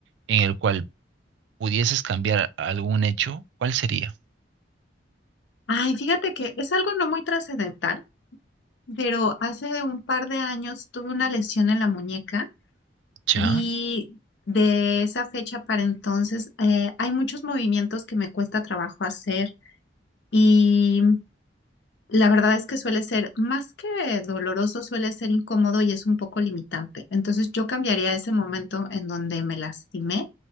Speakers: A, on the right (about 70°); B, on the left (about 70°).
A: en el cual pudieses cambiar algún hecho, ¿cuál sería?
B: Ay, fíjate que es algo no muy trascendental, pero hace un par de años tuve una lesión en la muñeca
A: ¿Ya?
B: y de esa fecha para entonces eh, hay muchos movimientos que me cuesta trabajo hacer y La verdad es que suele ser, más que doloroso, suele ser incómodo y es un poco limitante. Entonces yo cambiaría ese momento en donde me lastimé.